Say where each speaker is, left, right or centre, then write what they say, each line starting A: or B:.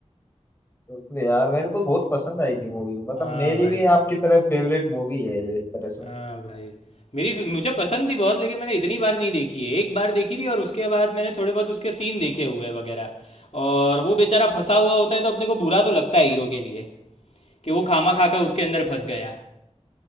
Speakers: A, on the left (about 20°); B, on the left (about 70°).
A: बिल्कुल यार मेरे को बहुत पसंद आई थी मूवी मतलब
B: हाँ
A: मेरी
B: भाई
A: भी आपकी तरह फेवरेट मूवी है ये एक तरह से
B: हाँ भाई मेरी मुझे पसंद थी बहुत लेकिन मैंने इतनी बार नहीं देखी है एक बार देखी थी और उसके बाद मैंने थोड़े बहुत उसके सीन देखे हुए हैं वगैरह और वो बेचारा फंसा हुआ होता है तो अपने को बुरा तो लगता है हीरो के लिए कि वो खामा खा का उसके अंदर फंस गया